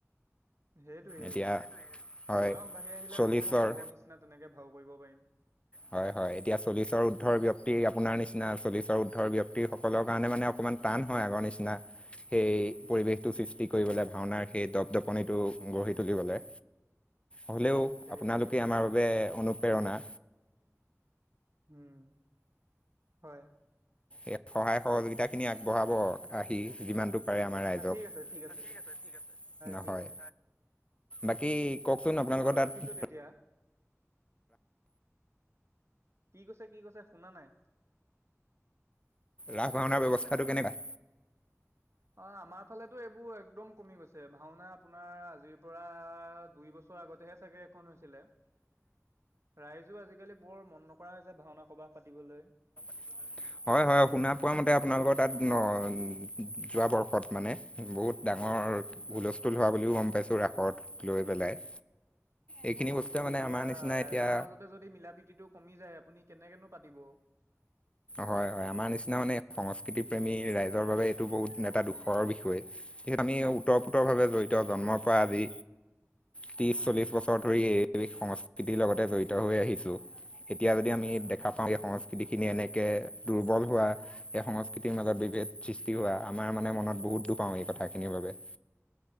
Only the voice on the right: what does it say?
সেইটোৱেই
বয়স বাঢ়ি আহিলে
কনো আগৰ নিচিনা তেনেকে ভাও কৰিব পাৰিম
সেইটোৱে
কথাটো
উম হয়
অ ঠিক আছে,
ঠিক আছে, ঠিক
আছে।
বাৰু
ৰাখিছোঁ তেতিয়া। কি কৈছে-কি কৈছে? শুনা নাই।
অ'! আমাৰ ফালেতো, এইবোৰ এ একদম কমি গৈছে! ভাওনা আপোনাৰ, আজিৰ পৰা, দুই বছৰ আগতেহে চাগে এখন হৈছিলে। ৰাইজো আজিকালি, বৰ মন নকৰা হৈছে, ভাওনা ক'ৰবাত পাতিবলৈ।
হয়,
উম
সেইটো
এতিয়া,
ৰাইজৰ
মাজতে যদি, মিলা- প্ৰীতিটো কমি যায়, আপুনি কেনেকেনো পাতিব?
উম,
হয়,